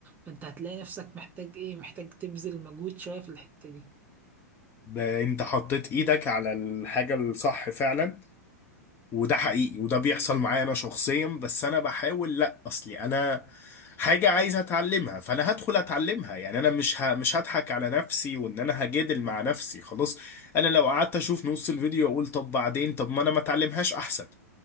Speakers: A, on the right; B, on the left.
A: فأنت هتلاقي نفسك محتاج إيه محتاج تبذل مجهود شوية في الحتة دي
B: ب- أنت حطيت إيدك على الحاجة الصح فعلا وده حقيقي وده بيحصل معايا انا شخصيا بس انا بحاول لا اصلي انا حاجة عايز اتعلمها فانا هدخل اتعلمها يعني انا مش ه... مش هضحك على نفسي وان انا هجادل مع نفسي خلاص انا لو قعدت اشوف نص الفيديو اقول طب بعدين طب ما انا ما اتعلمهاش احسن